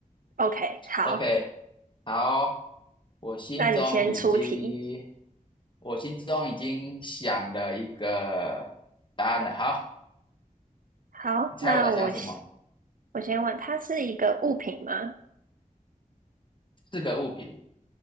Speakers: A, on the right; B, on the left.
A: ，OK，好，
B: OK，好，我心中已经，
A: 那你先出题。
B: 我心中已经想了一个答案了。好，
A: 好，
B: 你猜我在想什么？
A: 那我先我先问，它是一个物品吗？
B: 四个物品，